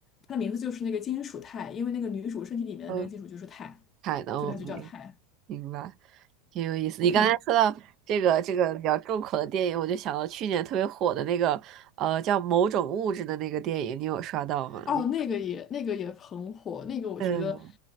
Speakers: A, on the left; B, on the right.
A: 它的名字就是那个金属钛，因为那个女主身体里面的那个金属就是钛，
B: <laughs> 不的，
A: 所以它就叫钛。
B: 我明明白，挺有意思。
A: OK，
B: 你刚才说到这个这个比较重口的电影，我就想到去年特别火的那个呃叫《某种物质》的那个电影，你有刷到吗？
A: 哦，
B: 你
A: 那个也那个也很火，那个我觉得
B: 对